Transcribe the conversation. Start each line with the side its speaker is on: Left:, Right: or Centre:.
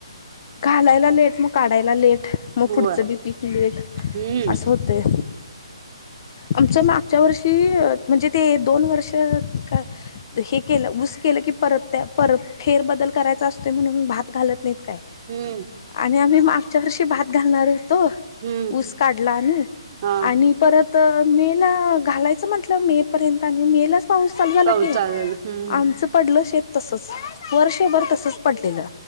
Left: घालायला लेट मग काढायला लेट. मग
Right: होय
Left: पुढचं बी पीक लेट
Right: हम्म
Left: असं होतय. आमच्या मागच्या वर्षी म्हणजे ते दोन वर्ष क हे केलं ऊस केलं की परत त्या परत फेरबदल करायचा असतो. म्हणून भात घालत नाहीत काय,
Right: हम्म
Left: आणि आम्ही मागच्या वर्षी भात घालणार ह तो
Right: हम्म
Left: ऊस काढला आणि
Right: हा
Left: आणि परत त मे ला घालायचं म्हंटलं मे पर्यंत आणि मे लाच पाऊस चालू झाला
Right: पाऊस
Left: की.
Right: चालू झाला हम्म
Left: आमचं पडलं शेत तसंच, वर्षभर तसंच पडलेलं.